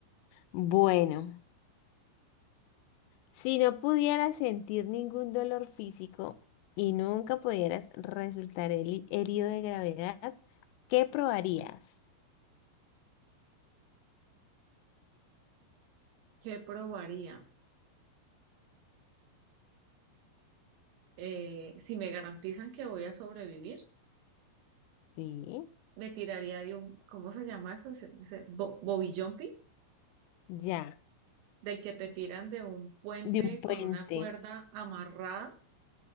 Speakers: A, on the left; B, on the right.
A: Bueno, si no pudieras sentir ningún dolor físico y nunca pudieras resultar heli- herido de gravedad, ¿qué probarías?
B: ¿qué probaría? Eh, si me garantizan que voy a sobrevivir.
A: Sí,
B: me tiraría de un, ¿cómo se llama eso? Se- se- bo- bobby jumping,
A: ya,
B: del que te tiran de un puente
A: de un puente,
B: con una cuerda amarrada.